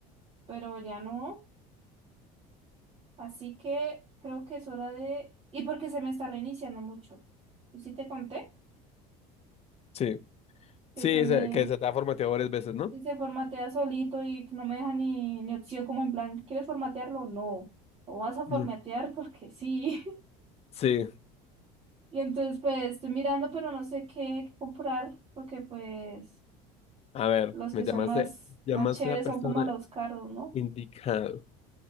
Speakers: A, on the right; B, on the left.
A: pero ya no, así que creo que es hora de, y porque se me está reiniciando mucho, yo sí te conté
B: Sí.
A: que
B: Sí,
A: se me,
B: se- que se te ha formateado varias veces, ¿no?
A: que se formatea solito y que no me deja ni, ni opción como en plan, ¿quieres formatearlo? No, o vas a formatear
B: Mm.
A: porque sí.
B: Sí.
A: Y entonces pues estoy mirando, pero no sé qué, qué comprar, porque pues
B: A ver,
A: los
B: me
A: que son
B: llamaste,
A: más,
B: llamaste
A: más chéveres
B: a la persona
A: son como los caros, ¿no?
B: indicado.